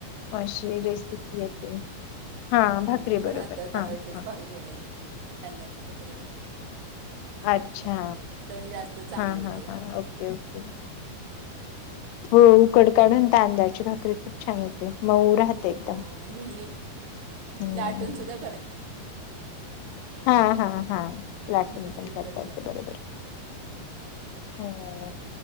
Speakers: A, on the left; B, on the right.
A: अशी रेसिपी येते. हा
B: हो
A: भाकरी
B: मी
A: बरोबर
B: पण आता
A: हा
B: तांदळाचीच
A: हा
B: भाकरी केली, तांदळाची भाकरीय
A: अच्छा!
B: जास्त चांगली
A: हा-हा-हा
B: होते
A: ओके ओके हो, उकड काढून तांदळाची भाकरी खूप छान होते. मऊ राहते एकदम
B: हो म्हणजे नी
A: हं
B: लाटून सुद्धा काढ
A: हा-हा-हा लाटून
B: हं,
A: पण
B: तुटत
A: करता येत
B: नाही
A: ते बरोबर, हो-हो